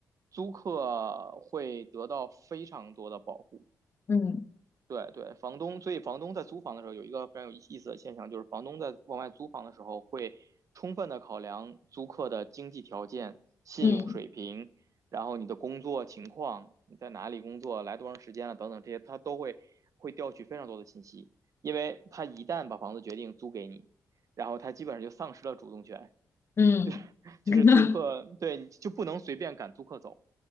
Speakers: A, on the right; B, on the left.
A: 租客会得到非常多的保护。
B: 嗯
A: 对对，房东，所以房东在租房的时候有一个非常有意思的现象，就是房东在往外租房的时候会充分的考量租客的经济条件、信用水平，
B: 嗯
A: 然后你的工作情况，你在哪里工作，来多长时间了等等这些，他都会会调取非常多的信息，因为他一旦把房子决定租给你，然后他基本上就丧失了主动权，
B: 嗯
A: <laughs> 就是租客，
B: <laughs>
A: 对，就不能随便赶租客走。